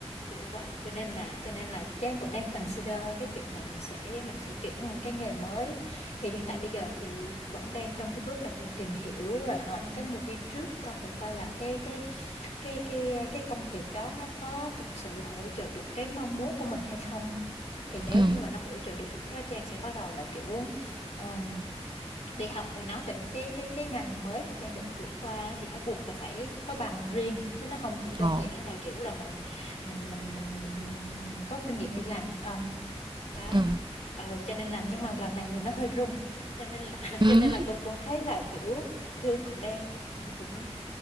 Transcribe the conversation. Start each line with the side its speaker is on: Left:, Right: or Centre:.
Left: kiểu vậy cho nên là cho nên là Trang cũng đang consider cái chuyện là mình sẽ mình sẽ chuyển qua một cái nghề mới thì hiện tại bây giờ thì vẫn đang trong cái bước là kiểu tìm hiểu rồi hỏi những cái người đi trước coi thể coi là cái cái cái cái cái công việc đó nó có thực sự hỗ trợ được cái mong muốn của mình hay không thì nếu
Right: ừ
Left: như mà nó hỗ trợ được thì lúc đó Trang sẽ bắt đầu là kiểu ừm, đi học về nó tại vì cái cái cái ngành mới mà Trang định chuyển qua thì nó buộc là phải có bằng riêng chứ nó không chỉ đơn
Right: ồ
Left: giản là kiểu là mình mình mình mình mình mình mình có kinh nghiệm đi làm không đó
Right: ừ
Left: ừ, cho nên là nhưng mà lần này thì nó hơi rung cho nên là <laughs>
Right: <laughs>
Left: cho nên là cũng cũng thấy là kiểu Thương cũng đang cũng cũng